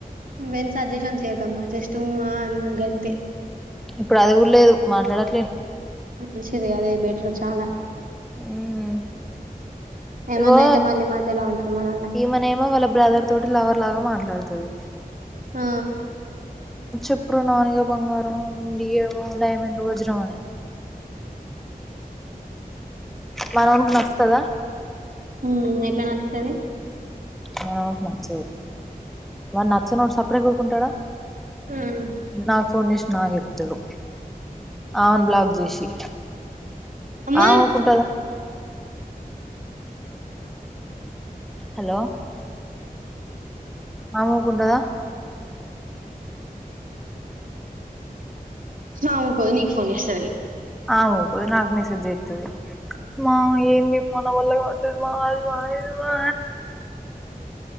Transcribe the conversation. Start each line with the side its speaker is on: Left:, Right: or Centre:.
Right: నువ్వేం సజెషన్ చేయకు జస్ట్ ఉ అ అను గంతే
Centre: ఇప్పుడు అది కూడా లేదు మాట్లాడట్లేదు
Right: మంచింది అదే బెటరు చాలా
Centre: మ్మ్
Right: ఏమన్నా
Centre: ఇగో
Right: అయితే మళ్ళీ మధ్యలో అంటారు మనల్లే
Centre: ఈమనేమో వాళ్ళ బ్రదర్ తోటి లవర్ లాగా మాట్లాడుతది
Right: ఆ
Centre: చెప్పురూ నానిగా బంగారం డి ఏ ఓ డైమండ్ వజ్రం అనీ మనోడే నచ్చుతాదా
Right: ఉ ఎట్లా నచ్చుతది
Centre: ఆవును నచ్చదు వాడు నచ్చనోడు సపుడే కూకుంటాడా
Right: ఉమ్
Centre: నా ఫోన్ చేసి నాక్ చెప్తాడు ఆమెని బ్లాక్ చేసి
Right: అమ్మా
Centre: ఆమే ఊకుంటదా హలో ఆమే ఉకుంటదా
Right: ఆ ఉకోదు నీక్ ఫోన్ చేస్తది
Centre: ఆమ్ ఉకోదు నాకు మైసేజ్ జేస్తాది మనం వల్ల కావట్లేదు మా అది మా ఇది మా